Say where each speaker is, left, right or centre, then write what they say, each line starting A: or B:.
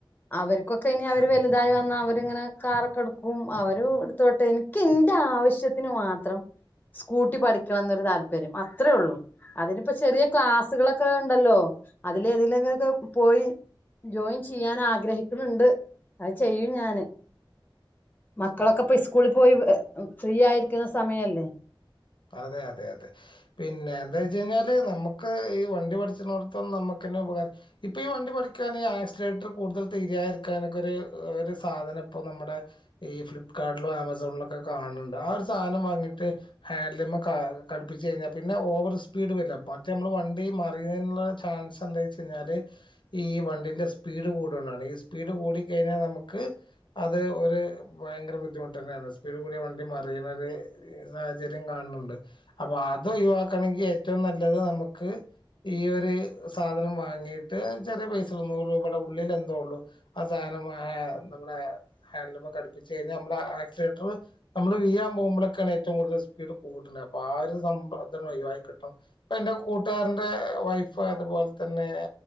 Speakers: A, on the left; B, on the left.
A: അവര്ക്കൊക്കെ ഇനി അവര് വലുതായിവന്ന അവര് അങ്ങനെ കാറൊക്കെട്ക്കും അവര് എടുത്തോട്ടെ ഇനി - എന്റെ ആവശ്യത്തിന് മാത്രം സ്കൂട്ടി പഠിക്കണം എന്നൊരു താല്പര്യം അത്രേയൊള്ളൂ അതിനിപ്പൊ ചെറിയ ക്ലാസ്സുകളൊക്കെ ഇണ്ടല്ലോ അതിലേതിനെങ്കിലും പോയി- ജോയിൻ ചെയ്യാൻ ആഗ്രഹിക്കുണുണ്ട് അത് ചെയ്യും ഞാന് മക്കളൊക്കെ സ്കൂളി പോയി ഫ്രീയായിരിക്കുന്ന സമയല്ലേ
B: അതെ അതെ അതെ അതെ പിന്നെ എന്താവെച്ച് കഴിഞ്ഞാല് നമുക്ക് ഈ വണ്ടി പടിച്ച്ണോടത്തം നമുക്ക് തന്നെ ഉപകാരം ഇപ്പ ഈ വണ്ടി പഠിക്കാന് ആക്സിലേറ്റർ കൂടുതല് തിരിയാതിരിക്കാൻ ഒരു സാധനം ഇപ്പൊ നമ്മടെ ഈ ഫ്ലിപ്കാർടിലോ ആമസോണിലൊക്കെ കാണണുണ്ട് ആ ഒരു സാധനം വാങ്ങിട്ട്- ഹാൻഡലിമ്മെ ഘടുപ്പിച്ച് കഴിഞ്ഞാ പിന്നെ ഓവർ സ്പീഡ് വരില്ല പക്ഷെ നമ്മളെ വണ്ടി മറിയുന്നയിനുള്ള ചാൻസ്- എന്താ വെച്ച് കയിഞ്ഞാല് ഈ വണ്ടീന്റെ സ്പീഡ് കൂടോണ്ടാണ് ഈ സ്പീഡ് കൂടിക്കയിഞ്ഞാ നമുക്ക്- അത് ഒരു ഭയങ്കര ബുദ്ധിമുട്ടന്നെയാണ് സ്പീഡ് കൂടിയാ വണ്ടി മറിയുന്നത് സാഹ - ചര്യം കാണണുണ്ട് അപ്പൊ അത് ഒഴിവാക്കണെങ്കി ഏറ്റവും നല്ലത് നമ്ക്ക്- ഈ ഒര് സാധനം വാങ്ങീട്ട് ചെറിയ പൈസെ ഉള്ളൂ നൂറ് രൂപേടെ ഉള്ളിലെന്തോ ഉള്ളൂ ആ സാധനം മഹേ നമ്മുടെ- ഹാൻന്റ്ലുമേ കടുപ്പിച്ച് കഴിഞ്ഞാ നമ്മടെ ആക്സിലെറ്ററ് നമ്മള് വീയാൻ പോവുമ്പളാണ് ഏറ്റവും കൂടുതൽ സ്- സ്പീഡ് കൂട്ട്ണെ അപ്പൊ ആ ഒരു സംഭവം തന്നെ ഒയിവായിക്കിട്ടും ഇപ്പ എന്റെ കൂട്ടുകാരന്റെ വൈഫ് അതുപോലെ തന്നെ